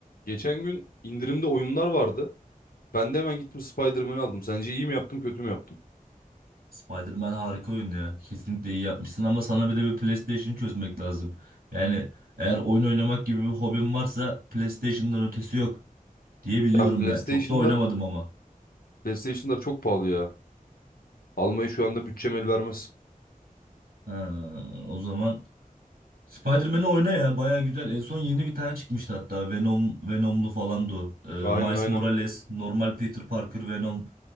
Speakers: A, on the left; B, on the right.
A: Geçen gün indirimde oyunlar vardı. Ben de hemen gittim Spider-Man'i aldım. Sence iyi mi yaptım, kötü mü yaptım?
B: Spider-Man harika oyun ya. Kesinlikle iyi yapmışsın ama sana bir de bir PlayStation çözmek lazım. Yani eğer oyun oynamak gibi bir hobin varsa PlayStation'dan ötesi yok diye biliyorum
A: Ya PlayStation'lar,
B: ben. Çok da oynamadım ama.
A: PlayStation'lar çok pahalı ya. Almayı şu anda bütçem el vermez.
B: Ha, o zaman Spider-Man'i oyna ya. Baya güzel. En son yeni bir tane çıkmıştı hatta. Venom, Venom'lu falandı o. Ee, Miles
A: Aynen aynen.
B: Morales, normal Peter Parker, Venom